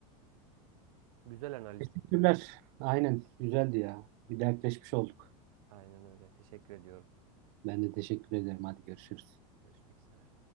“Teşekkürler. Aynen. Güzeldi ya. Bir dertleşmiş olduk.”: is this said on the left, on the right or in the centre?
Right